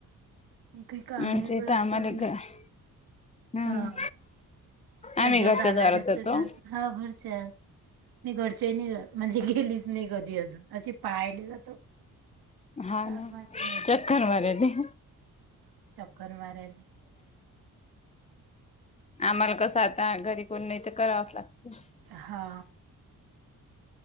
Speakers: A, on the right; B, on the left.
A: काही काम
B: आमच्या
A: नाही
B: इथं
A: पडत
B: आम्हाला
A: चणग
B: घ हा
A: हा
B: ना आम्ही
A: ज्या
B: घरच्या
A: जाणार
B: दारात
A: त्या,
B: जातो
A: हाव घरच्या. मी घरचे नाही जात, म्हणजे गेलीच नाही कधी अजून. अशी पायला जातो.
B: हा
A: कामाला
B: ना.
A: नाही
B: चक्कर मराले.
A: चकर माराले.
B: आम्हाला कसं आता घरी कोण नाही त, करावच लागते.
A: हा